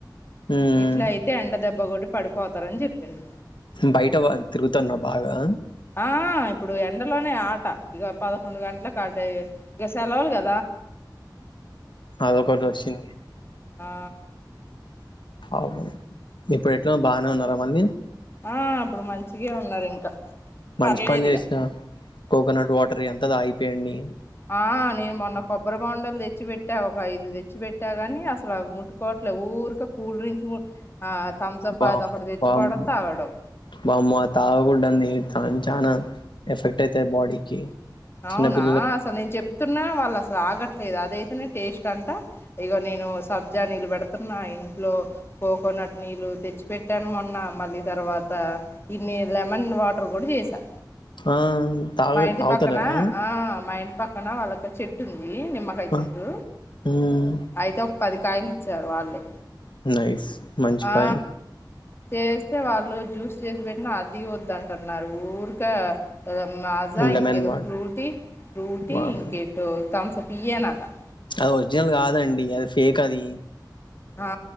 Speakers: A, on the left; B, on the left.
A: ఉమ్,
B: ఇట్లా అయితే ఎండ దెబ్బ గడు పడిపోతారని చెప్పింది
A: బయట వ తిరుగుతాన్నా బాగా
B: ఆ ఇప్పుడు ఎండలోనే ఆట ఇక పదకొండు గంటల కటయి గసలావల్గా
A: అద కొ వచ్చింది
B: ఆ
A: అవు ఇప్పుడు ఎట్లా బాగానే ఉన్నారా మళ్ళీ
B: ఆ ఇప్పుడు మంచిగా ఉన్నారు ఇంకా
A: మంచి
B: పర్లేదు
A: పని చేసినా
B: ఇక
A: కోకోనట్ వాటర్ ఎం దా అయిపోయింది‌
B: ఆ నేను మొన్న కొబ్బరి బొండలు తెచ్చిపెట్టా ఒక ఐదు తెచ్చిపెట్టా గాని అస లవి ముట్టు కోట్లే ఊరుక కూల్ డ్రింక్స్ కూడ్ ఆ థమ్సప్
A: బామ్
B: అది ఒకటి తెచ్చుకోవడం
A: బామ్
B: తాగడం
A: బామో ఆ తాగుడనదే అంచ్ చానా ఎఫెక్ట్ అయితది బాడీకి చిన్నపిల్లలు
B: అవునా అసలు నేను చెప్తున్నా వాళ్ళు అసలు ఆగట్లేదు అదైతేనే టేస్ట్ ంట ఇగ నేను సబ్జా నీలు పెడుతున్నా లో కోకోనట్ నీళ్ళు తెచ్ చ్చి పెట్టాను మొన్న మళ్ళీ తర్వాత ఇన్ని లెమన్ వాటర్ కూడా చేసా
A: ఆ తాగలేదు
B: మా ఇంటి
A: తగుతలే
B: పక్కన
A: ఆ
B: మా ఇంటి పక్కన వాళ్ళకి చెట్టు ఉంది ది నిమ్మకాయ చెట్టు
A: ఆ, ఉమ్.
B: అయితే పది కాయలు ఇచ్చారు వాళ్ళే
A: నైస్ మంచి
B: ఆ
A: పని
B: చేస్తే వాళ్ళు జ్యూస్ చేసి పెట్టినా అదీ వద్దంటున్నారు ఊరికే ఇగ మాజా
A: లెమన్
B: ఇంకేదో
A: వాట్
B: ఫ్రూటీ ఫ్రూటీ
A: వావ్
B: ఇంకేంటో థమ్స్ అప్ పిఏ నాక
A: అవీ ఒరిజినల్ కాదండి అది ఫేక్ అది
B: ఆ